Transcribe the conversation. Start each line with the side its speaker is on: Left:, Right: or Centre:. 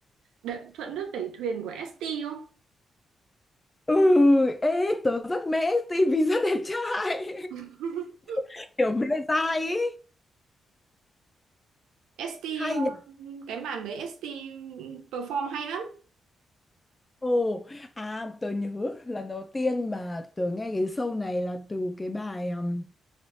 Right: Đợ- Thuận nước đẩy thuyền của ST không?
Left: ừ ê tớ rất mê tivi rất đẹp trai
Right: <laughs>
Left: <laughs> kiểu mê dai ý
Right: ST
Left: hay
Right: ờ,
Left: nhỉ
Right: cái màn đấy ST perform hay lắm
Left: ồ à tớ nhớ lần đầu tiên mà tớ nghe cái show này là từ cái bài um,